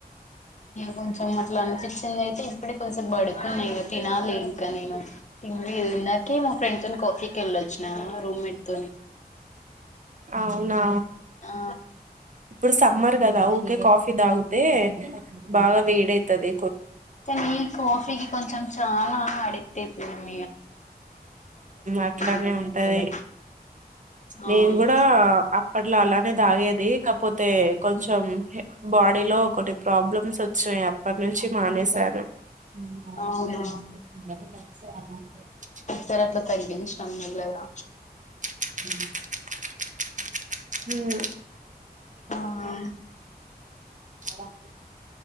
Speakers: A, on the left; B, on the right.
A: ఇ కొంచెం అట్లా అనిపించింది అయితే ఇప్పుడే కొంచెం బడుకున్నాక తినాలి ఇంకా నేను తిన తందాక మా ఫ్రెండ్ తోని కాఫీకి వెళ్ళొచ్చిన రూమ్మేట్ తోని
B: అవునా
A: ఆ
B: ఇప్పుడు సమ్మర్ కదా ఊకే కాఫీ తాగితే బాగా వేదైతది
A: త న కాఫీకి కొంచం చాాలా అడితే పోయమ
B: అట్లానే
A: ఇగ మేము
B: ఉంటది,
A: కూడా
B: నేను
A: అవును
B: కూడా అప్పట్లో అలానే తాగేది కాక పోతే కొంచెం బాడీలో కొన్ని ప్రాబ్లమ్స్ వచ్చాయి అప్పటి నుంచి మానేసి సరే <unintelligible>
A: అవునా సరే తగిచినం చూడ లేదా
B: అ <unintelligible> హమ్
A: ఆఆహ్
B: ఆ